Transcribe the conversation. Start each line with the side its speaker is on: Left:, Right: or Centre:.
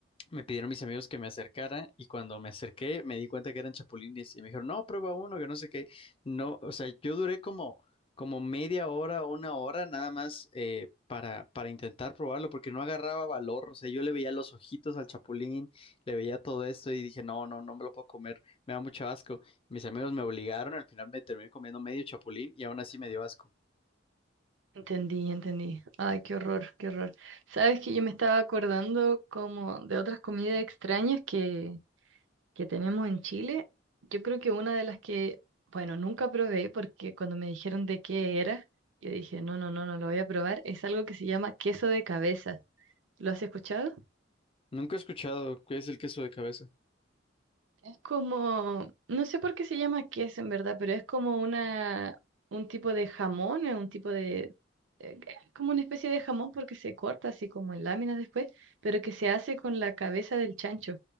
Left: me pidieron mis amigos que me acercara y cuando me acerqué me di cuenta que eran chapulines y me dijeron, no, prueba uno, que no sé qué. No, o sea, yo duré como, como media hora, una hora nada más eh, para, para intentar probarlo porque no agarraba valor. O sea, yo le veía los ojitos al chapulín, le veía todo esto y dije, no, no, no me lo puedo comer, me da mucho asco. Mis amigos me obligaron, al final me terminé comiendo medio chapulín y aún así me dio asco.
Right: Entendí, entendí. Ay, qué horror, qué horror. Sabes que yo me estaba acordando como de otras comidas extrañas que, que tenemos en Chile. Yo creo que una de las que, bueno, nunca probé porque cuando me dijeron de qué era, yo dije, no, no, no, no lo voy a probar. Es algo que se llama queso de cabeza. ¿Lo has escuchado?
Left: Nunca he escuchado qué es el queso de cabeza.
Right: Es como, no sé por qué se llama queso en verdad, pero es como una, un tipo de jamón, eh, un tipo de, eh, es como una especie de jamón porque se corta así como en láminas después, pero que se hace con la cabeza del chancho